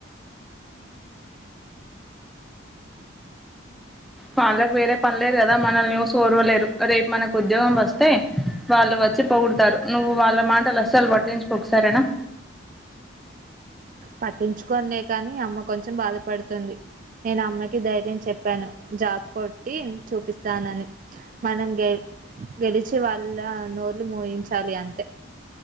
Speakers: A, in the centre; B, on the right.
A: వాళ్ళకు వేరే పనిలేదు కదా మనల్నీ ఓరవలేరు రేపు మనకు ఉద్యోగం వస్తే వాళ్ళు వచ్చి పోగుడుతారు నువ్వు వాళ్ళ మాటలు అస్సలు పట్టించుకోకు సరేనా
B: పట్టించుకోనులే కానీ అమ్మ కొంచెం బాధపడుతుంది నేను అమ్మకి ధైర్యం చెప్పాను జాబ్ కొట్టి చూపిస్తానని మనం గె గెలిచి వాళ్ళ నోళ్లు మూయించాలి అంతే